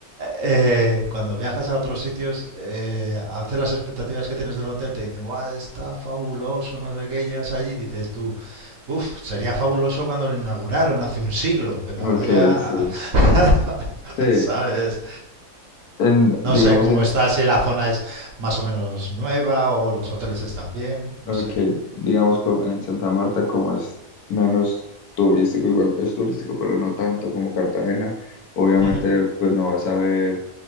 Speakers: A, on the right; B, on the left.
A: eh, cuando viajas a otros sitios, eh, a veces las expectativas que tienes del hotel te dicen, ¡buah, está fabuloso! No sé qué, llegas allí y dices tú, Uf, sería fabuloso cuando lo inauguraron hace un siglo, pero
B: ok,
A: ahora ya,
B: sí.
A: <laughs>
B: Sí,
A: ¿sabes?
B: en,
A: No
B: digamos,
A: sé cómo
B: en,
A: está, si la zona es más o menos nueva o los hoteles están bien, no
B: Ok,
A: sé.
B: digamos co- en Santa Marta como es menos turístico, igual es turístico, pero no tanto como Cartagena, obviamente
A: <laughs> Ujú,
B: pues no vas a ver